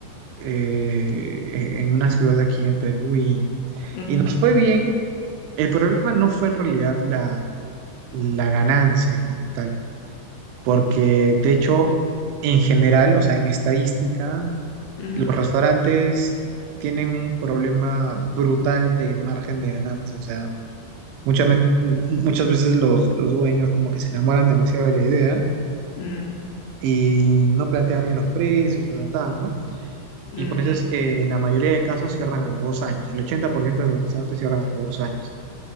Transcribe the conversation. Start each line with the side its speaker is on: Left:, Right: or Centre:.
Right: eh, en una ciudad de aquí en Perú y,
Left: ujú,
Right: y nos fue bien. El problema no fue en realidad la, la ganancia como tal, porque de hecho, en general, o sea, en estadística
Left: ujú,
Right: los restaurantes tienen un problema brutal de margen de ganancia. O sea, mucha men- mu- muchas veces los, los dueños como que se enamoran demasiado de la idea
Left: mm,
Right: y no plantean bien los precios, ta, ta, ta, ¿no?
Left: mm,
Right: Y por eso es que en la mayoría de casos cierran a los dos años. El 80% de los restaurantes cierran a los dos años.